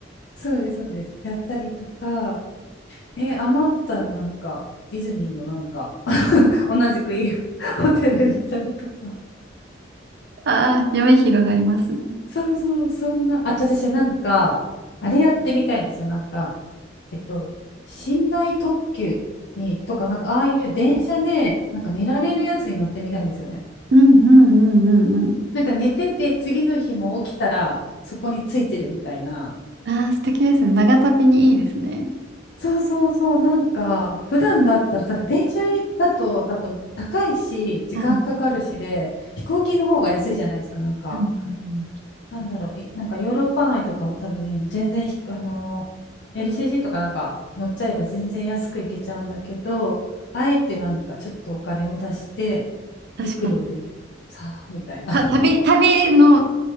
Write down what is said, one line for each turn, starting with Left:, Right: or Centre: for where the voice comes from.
Left: そうです、そうです。やったりとか、え、余ったらなんかディズニーのなんか <laughs> 同じくいい <laughs> ホテル行ったりとか。
Right: あー、夢広がりますね。
Left: そうそう、そんな。あと私なんか、あれやってみたいんですよ。なんか、えっと、寝台特急に、とか、なんかああいう電車で、なんか寝られるやつに乗ってみたいんですよね。
Right: うんうんうんうんうん。
Left: なんか寝てて、次の日も起きたら、そこについてるみたいな。
Right: あー、素敵ですね。長旅にいいですね。
Left: そうそうそう、なんか、普段だったら多分電車だと多分高いし、時間かかるしで、
Right: はい。うん
Left: 飛行機の方が安いじゃないですか、なんか。
Right: うんうん。
Left: なんだろう、いなんかヨーロッパ内とかも多分全然ひ、あのー、LCC とかなんか乗っちゃえば全然安く行けちゃうんだけど、あえてなんかちょっとお金を出して、
Right: 確かに。
Left: 陸路でさあ、みたいな。
Right: た旅、
Left: <laughs>
Right: 旅の、